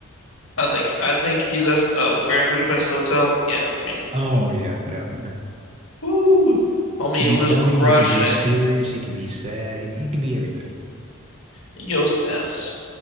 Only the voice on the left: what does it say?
I think I think he's us. Uh, Grand Budapest Hotel. Yeah, I mean,
woo, homie
was
crushing
it.
He goes an S.